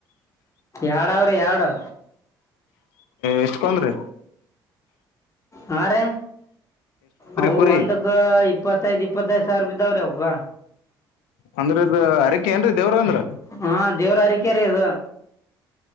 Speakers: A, on the left; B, on the left.
A: ಎರಡವ್ರಿ ಎರಡು
B: ಎಷ್ಟ ಕನ್ ರೀ
A: ಹಾ ರ ಅ
B: ಕುರಿ
A: ಒಂದಕ್ಕ ಇಪ್ಪತ್ತೈದು್ ಇಪ್ಪತ್ತೈದು್ ಸಾವಿರೂಪ ಇದಾವ್ರಿ ಅವಕ್ಕ
B: ಅಂದ್ರೆ ಇದದು ಅರಕೆ ಏನ್ರಿೀ ದೇವ್ರ ಅಂದ್ರ
A: ಹಾ ದೇವ್ರ ಹರಿಕೆ ರೀ ಇದು